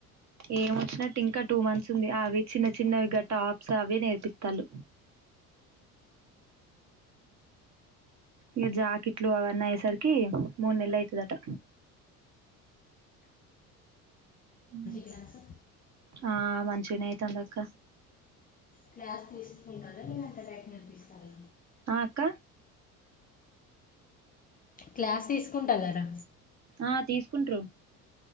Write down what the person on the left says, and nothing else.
గ్లాసు
క్లాస్ తీసుకుంటారా లేదు అంటే డైరెక్ట్ నేర్పిస్తారా
క్లాస్ తీసుకుంటగరా